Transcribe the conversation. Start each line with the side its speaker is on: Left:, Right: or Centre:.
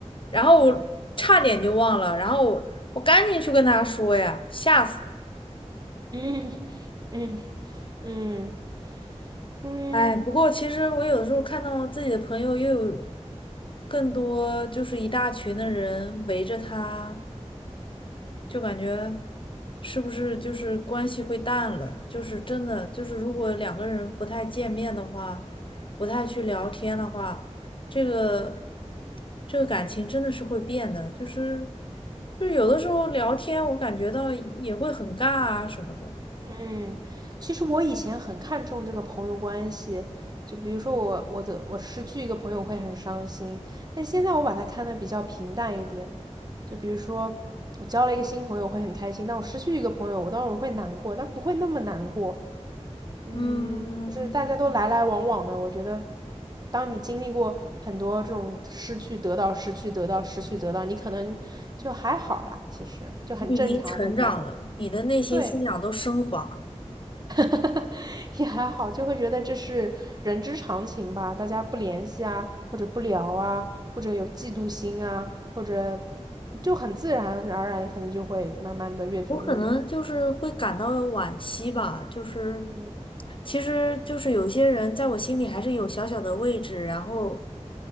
Left: 然后我差点就忘了，然后我我赶紧去跟他说呀，吓死了！
Right: <laughs> 嗯嗯嗯嗯。
Left: 哎，不过其实我有的时候看到自己的朋友又有更多，就是一大群的人围着他，就感觉是不是就是关系会淡了？就是真的，就是如果两个人不太见面的话，不太去聊天的话，这个这个感情真的是会变的。就是就有的时候聊天，我感觉到也会很尬啊什么的。
Right: 嗯，其实我以前很看重这个朋友关系，就比如说我我的我失去一个朋友会很伤心，但现在我把它看得比较平淡一点。就比如说我交了一个新朋友会很开心，但我失去一个朋友，我当然会难过，但不会那么难过。嗯，
Left: 嗯，
Right: 就是大家都来来往往的，我觉得，当你经历过很多这种失去、得到、失去、得到、失去、得到，你可能就还好啦，其实就很正常，
Left: 你已经成长了，
Right: 会觉得
Left: 你的内心思想都升华了。
Right: 对。<laughs> 也还好，就会觉得这是人之常情吧，大家不联系啊，或者不聊啊，或者有嫉妒心啊，或者就很自然而然，可能就会慢慢的越走越远。
Left: 我可能就是会感到惋惜吧，就是
Right: 嗯
Left: 其实就是有些人在我心里还是有小小的位置，然后